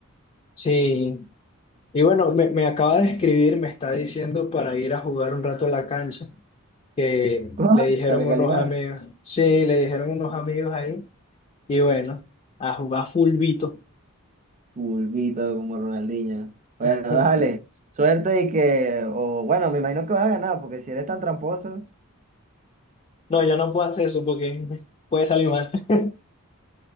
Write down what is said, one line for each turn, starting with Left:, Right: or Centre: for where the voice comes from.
Left: Sí, y bueno, me, me acaba de escribir, me está diciendo para ir a jugar un rato a la cancha, que
Right: Ah,
Left: le dijeron
Right: La legalidad.
Left: unos amigos, sí, le dijeron unos amigos ahí, y bueno, a jugar fulbito.
Right: Pulvito como Ronaldinho. Bueno,
Left: <laughs>
Right: dale. Suerte y que, o bueno, me imagino que vas a ganar, porque si eres tan tramposo.
Left: No, yo no puedo hacer eso porque <laughs> puede salir mal. <laughs>